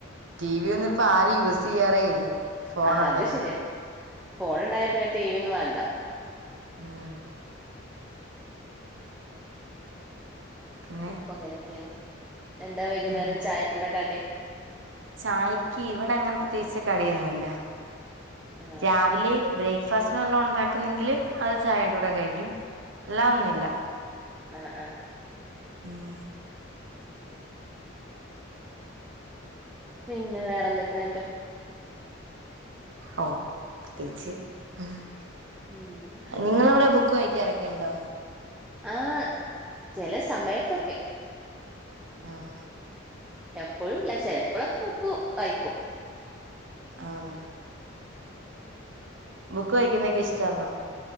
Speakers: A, on the right; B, in the centre.
A: ടി വി ഒന്നും ഇപ്പോ ആരും യൂസ് ചെയ്യാറേ ഇല്ല ഫോൺ
B: ആ
A: ഉണ്ടെങ്കിൽ
B: അത് ശരിയാ ഫോൺ ഉണ്ടായ പിന്നെ ടി വി ഒന്നും വേണ്ട
A: ഉം പിന്നെ
B: ഉപ്പങ്ങനക്കെയാണ് എന്താ വൈകുന്നേരം
A: ഉം
B: ചായക്കെന്താ കടി
A: ചായക്ക് ഇവിടെ അങ്ങനെ പ്രത്യേകിച്ച് കടിയൊന്നില്ല
B: ആ
A: രാവിലെ ബ്രേക്ക് ഫാസ്റ്റിന് വല്ലൊ ഉണ്ടാക്കുന്നെങ്കില് അത് ചായയുടെ കൂടെ കഴിക്കും അല്ലാതെ ഒന്നുല്ല
B: ആ ആ ആ
A: ഉം
B: <unintelligible> പിന്നെ വേറെന്തൊക്കെയ നെട്ട്
A: ഒ <unintelligible>
B: ഉം
A: നിങ്ങളവിടെ ബുക് ക്ക് വായിക്കാറൊക്കെണ്ടോ
B: ആഹ് ചെല സമയത്തൊക്കെ
A: ആഹ്
B: എപ്പോഴു ഇല്ല ചിലപ്പോളൊക്കെ ബുക്കു വയിക്കു
A: ആഹ്
B: <unintelligible>
A: ബുക്ക് വഴിക്കുന്നക്ക ഇഷ്ടന്നോ